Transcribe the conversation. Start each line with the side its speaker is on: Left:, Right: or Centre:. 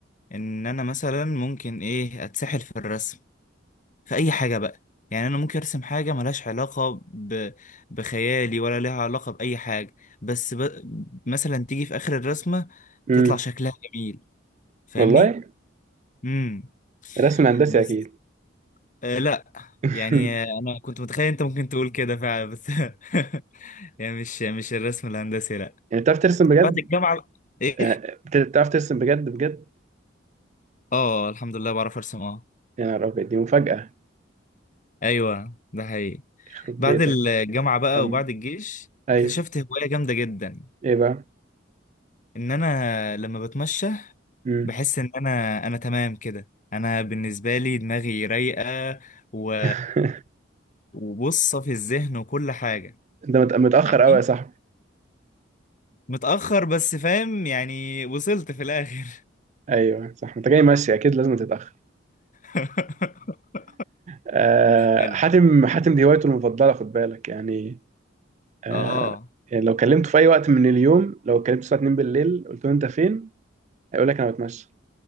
Left: ان انا مثلا ممكن ايه اتسحل في الرسم في اي حاجه بقى يعني انا ممكن ارسم حاجه ملهاش علاقه ب... بخيالي ولا لها علاقه باي حاجه بس ب... مثلا تيجي في اخر الرسمه
Right: امم
Left: تطلع شكلها جميل فاهمني
Right: والله
Left: امم
Right: الرسم الهندسي
Left: بس
Right: اكيد
Left: آه لا
Right: <laughs>
Left: يعني آه، انا كنت متخيل انت ممكن تقول كده فعلا بس <laughs> يعني مش مش الرسم الهندسي لا
Right: يعني بتعرف ترسم بجد
Left: بعد الجامعة ايه
Right: يعني بت- بتعرف ترسم بجد بجد
Left: اه الحمد لله بعرف ارسم اه
Right: يا نهار ابيض دي مفاجأة
Left: ايوه ده حقيقي
Right: يخرب
Left: بعد
Right: بيتك
Left: الجامعة بقى
Right: كمل
Left: وبعد الجيش
Right: ايوه
Left: اكتشفت هواية جامدة جدا
Right: ايه بقى
Left: ان انا لما بتمشى
Right: امم
Left: بحس ان انا انا تمام كده انا بالنسبة لي دماغي رايقة و...
Right: <laughs>
Left: وبصة في الذهن وكل حاجة
Right: انت مت- متأخر
Left: فاهمني
Right: قوي يا صاحبي
Left: متأخر بس فاهم يعني وصلت في الاخر
Right: ايوه صح انت جاي ماشي اكيد لازم تتأخر
Left: <laughs>
Right: آه،
Left: حلو
Right: حاتم حاتم دي هوايته المفضلة خد بالك يعني آه،
Left: اه
Right: يعني لو كلمته في أي وقت من اليوم لو كلمته الساعة 2 بالليل قلت له أنت فين؟ هيقول لك أنا بتمشى